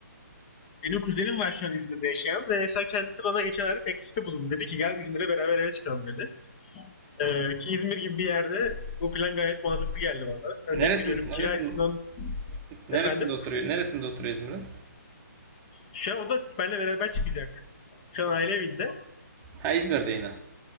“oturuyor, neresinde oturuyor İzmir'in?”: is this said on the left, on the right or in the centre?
Right